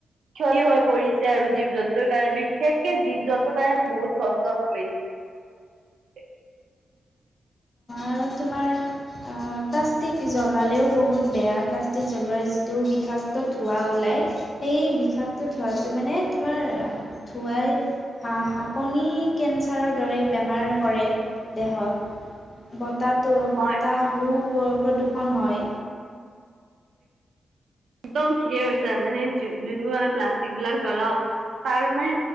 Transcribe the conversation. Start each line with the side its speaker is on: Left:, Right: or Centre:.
Right: ক্ষতি হৈ পৰিছে আৰু জীৱ জন্তুৰ কাৰণে বিশেষকে জীৱ জন্তুৰ কাৰণে বহুত কষ্ট হৈ পৰিছে। <unintelligible> <inaudible>
Left: আৰু তোমাৰ প্লাষ্টিক জ্বলালেও বহুত বেয়া প্লাষ্টিক জ্বলোৱাৰ যিটো বিষ <unintelligible> বিষাক্ত ধোঁৱা ওলায় সেই বিষাক্ত ধোঁৱাটো মানে তোমাৰ ধোঁৱাই <unintelligible> হ হাপনি কেঞ্চাৰৰ দৰেই বেমাৰ কৰে দেহত। <unintelligible> বতাহটো বতাহাহু
Right: হয়
Left: প্ৰদূষণ হয়।
Right: একদম ঠিকে ছে মানে যোনবোৰ আমি প্লাষ্টিক বিলাক জ্বলাও তাৰ মানে